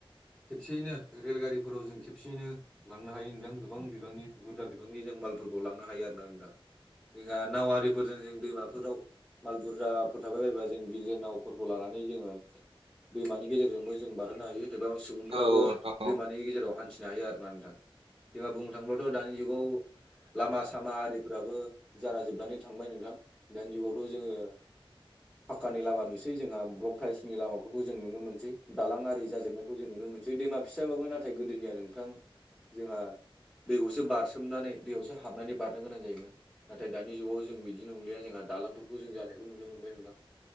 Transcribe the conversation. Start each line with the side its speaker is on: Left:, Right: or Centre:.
Centre: खेबसेयैनो रेलगारिफोराव जों खेबसेयैनो लांनो हायो नोंथां गोबां बिबांनि बुरजा बिबांनि जों मालफोरखौ लांनो हायो आरो ना नोंथां। जोंहा नावारिफोरजों जों दैमाफोराव माल बुरजाफोर थाबाय बायोबा जों गिदिर नावफोरखौ लानानै जोङो दैमानि गेजेरजोंबो जों बारहोनो हायो एबा सुबुंफोराबो
Right: औ नोंथां औ
Centre: दैमानि गेजेराव हान्थिनो हायो आरोना नोंथां। जोंहा बुंनो थांबोलाथ' दानि जुगाव लामा सामा आरिफोराबो जान जोबनानै थांबाय नोंथां दानि जुगावथ' जोङो फाक्कानि लामा नुसै जोंहा ब्लक थाइलसनि लामाफोरखौ जों नुनो मोनसै दालां आरि जाजोबनाय जों नुनो मोनसै दैमा फिसाबाबो नाथाय गोदोनिया नोंथां जोंहा दैखौसो बारसोमनानै दैयावसो हाबनानै बारनो गोनां जायोमोन। नाथाय दानि जुगाव जों बिदि नंलिया जोंहा दालांफोरखौ जों जानायखौ नुनो मोनबाय नोंथां।